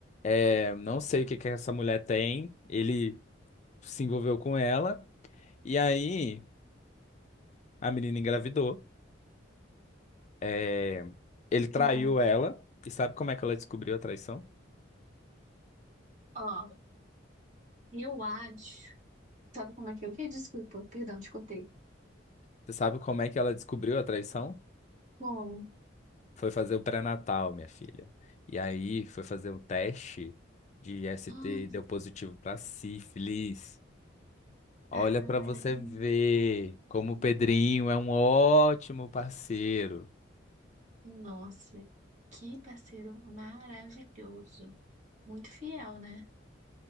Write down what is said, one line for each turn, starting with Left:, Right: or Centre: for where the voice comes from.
Left: é, não sei o que que essa mulher tem. Ele se envolveu com ela. E aí, a menina engravidou. É, ele traiu
Right: Hum,
Left: ela. E sabe como é que ela descobriu a traição?
Right: ó, eu acho. Sabe como é que eu que? Desculpa, perdão, te contei.
Left: Você sabe como é que ela descobriu a traição?
Right: Como?
Left: Foi fazer o pré-natal, minha filha. E aí foi fazer um teste de ST
Right: Hum,
Left: e deu positivo para sífilis.
Right: caramba.
Left: Olha para você ver como o Pedrinho é um ótimo parceiro.
Right: Nossa, que parceiro maravilhoso. Muito fiel, né?